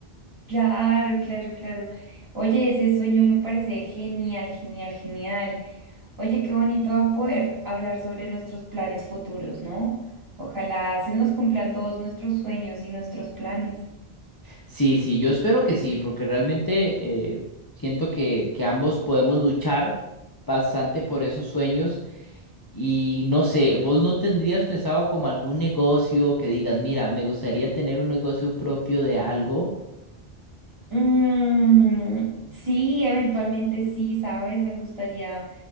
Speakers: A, on the right; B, on the left.
A: Claro, claro, claro. Oye, ese sueño me parece genial, genial, genial. Oye, qué bonito va a poder hablar sobre nuestros planes futuros, ¿no? Ojalá se nos cumplan todos nuestros sueños y nuestros planes.
B: Sí, sí, yo espero que sí, porque realmente eh, siento que, que ambos podemos luchar bastante por esos sueños. Y no sé, ¿vos no tendrías pensado como algún negocio que digas, mira, me gustaría tener un negocio propio de algo?
A: Mm, sí, eventualmente sí, ¿sabes? Me gustaría,